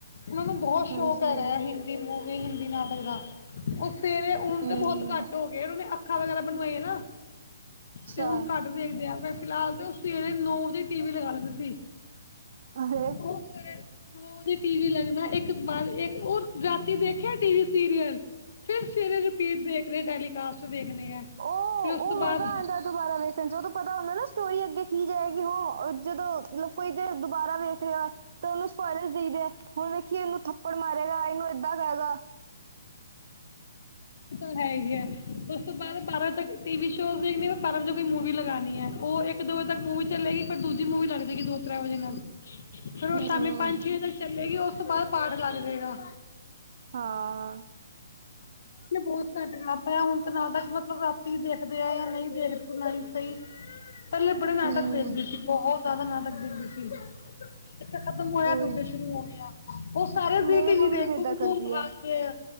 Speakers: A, on the left; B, on the right.
A: ਮੈਨੂੰ ਬਹੁ
B: ਹਾਂਜੀ
A: ਸ਼ੌਕ ਹੈੈਗੈ ਹਿੰਦੀ ਹਿੰਦੀ ਮੂਵੀ, ਹਿੰਦੀ ਨਾਟਕ ਦਾ। ਓ ਸਵੇਰੇ ਹੁਨ
B: ਹਮ
A: ਤੇ ਬੋਤ ਘੱਟ ਹੋਗੇ ਓਨਾ ਨੇ ਅੱਖਾਂ ਵਗੈਰਾ ਬਨਵਾਈਆਂ ਨਾ।
B: ਅੱਛਾ
A: ਤੇ ਹੁਨ ਘੱਟ ਵੇਖਦੇ ਆ ਫੇਰ ਫਿਲਹਾਲ ਤੇ ਓ ਸਵੇਰੇ ਈ ਨੌ ਵਜੇ ਈ ਟੀ ਵੀ ਲਗਾ ਲੈਂਦੇ ਸੀ।
B: ਅਰੇ
A: ਓ ਸਵੇਰੇ ਨੋ ਵਜੇ ਟੀ ਵੀ ਲੱਗਨਾ ਇੱਕ ਬਾਦ ਇੱਕ ਔਰ ਰਾਤੀ ਦੇਖੇਆ ਟੀ ਵੀ ਸੀਰੀਅਲ ਫੇਰ ਸਵੇਰੇ ਰਿਪੀਟ ਦੇਖ ਰੇ ਟੈਲੀਕਾਸਟ ਦੇਖਨੇ ਆ,
B: ਉਹ
A: ਫਿਰ ਉਸ
B: ਉਹ
A: ਤੋ ਬਾਦ
B: ਮਜ਼ਾ ਆਉਂਦਾ ਦੁਬਾਰਾ ਵੇਖਨ ਚ ਓਦੋਂ ਪਤਾ ਹੁੰਦੈ ਨਾ ਸਟੋਰੀ ਅੱਗੇ ਕੀ ਜਾਏਗੀ ਹਾਂ ਜਦੋਂ ਕੋਈ ਜੇ ਦੁਬਾਰਾ ਵੇਖ ਰੇਆ ਏ। ਤੇ ਓਨੂੰ ਸਪੋਇਰਲਸ ਦਈਦੈ ਹੁਨ ਵੇਖੀ ਐਨੂੰ ਥੱਪੜ ਮਾਰੇਗਾ ਏਨੂੰ ਏਦਾਂ ਕਏਗਾ।
A: ਓ ਤਾਂ ਹੈ ਗੇਐ ਉਸ ਤੋਂ ਬਾਦ ਬਾਰਾਂ ਤੱਕ ਟੀ ਵੀ ਸ਼ੋਜ਼ ਦੇਖਨੀ ਆ ਬਾਰਾਂ ਵਜੇ ਕੋਈ ਮੂਵੀ ਲਗਾਨੀ ਐ ਓ ਇੱਕ ਇੱਕ-ਦੋ ਵਜੇ ਤੱਕ ਮੂਵੀ ਚੱਲੇਗੀ ਫੇਰ ਦੂਜੀ ਮੂਵੀ ਲੱਗ ਜੇਗੀ ਦੋ ਤ੍ਰੈ ਵਜੇ ਏਨਾ ਦੀ। ਫੇਰ ਓ ਸ਼ਾਮੀ
B: ਹਮ
A: ਪੰਜ ਛੇ ਵਜੇ ਤੱਕ ਚੱਲੇਗੀ ਓਸ ਤੋਂ ਬਾਦ ਪਾਠ ਲੱਗ ਜੇਗਾ।
B: ਹਾਂ।
A: ਮੈ ਬੋਤ ਘੱਟ ਕਰਤਾ ਯਾ ਹੁਨ ਤਾ ਨਾਟਕ ਮਤਲਬ ਰਾਤੀ ਈ ਦੇਖਦੇ ਆ ਯਾ ਨਈ ਦੇਖਦੇ ਆਂ ਨਈ ਸਈ। ਪੈਲੇ ਬੜੇ ਨਾਟਕ
B: ਹਮ
A: ਦੇਖਦੇ ਸੀ, ਬਹੁ ਜਾਦਾ ਨਾਟਕ ਦੇਖਦੀ ਸੀ। ਇੱਕ ਖਤਮ ਹੋਏਆ
B: ਉਹੀ
A: ਦੂਜਾ ਸ਼ੁਰੂ ਹੋ ਗੇਆ, ਓ ਸਾਰੇ
B: ਮੇਰੀ
A: ਵੀਕਲੀ
B: ਮੰਮੀ
A: ਦੇਖੂ
B: ਵੀ ਏਦਾਂ
A: ਕੁਮਕੁਮ
B: ਕਰਦੀ
A: ਭਾਗੇਐ।
B: ਹੈ